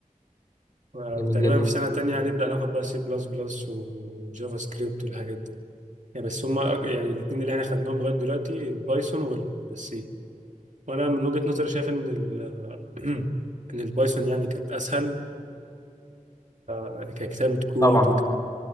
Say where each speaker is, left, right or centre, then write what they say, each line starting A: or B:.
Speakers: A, on the right (about 60°); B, on the left (about 25°).
A: وتقريبا
B: جميل جدا
A: في سنة تانية هنبدأ ناخد بقى سي بلس بلس وجافا سكريبت والحاجات دي يعني بس هما أك... يعني الاتنين اللي احنا خدناهم لغاية دلوقتي البايثون والسي وأنا من وجهة نظري شايف إن ال... <clears throat> إن البايثون يعني كانت أسهل ككتابة كود
B: طبعا